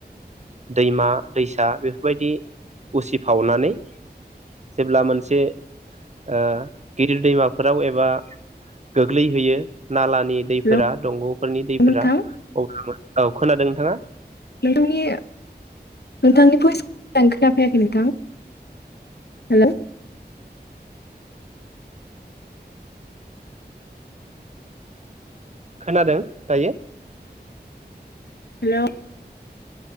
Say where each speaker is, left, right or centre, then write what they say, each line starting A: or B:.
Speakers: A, on the right; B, on the left.
A: दैमा दैसा बेफोरबायदि उसिफावनानै जेब्ला मोनसे ओ गिदिर दैमा फोराव एबा गोग्लैहोयो नालानि दैफोरा
B: हेलौ
A: दंग'फोरनि दैफोरा
B: नोंथां
A: अब्ला औ खोनादों नोंथाङा?
B: नोंथांनि नोंथांनि भइस खोनाफैयाखै नोंथां हेलौ।
A: खोनादों दायो?
B: हेलौ।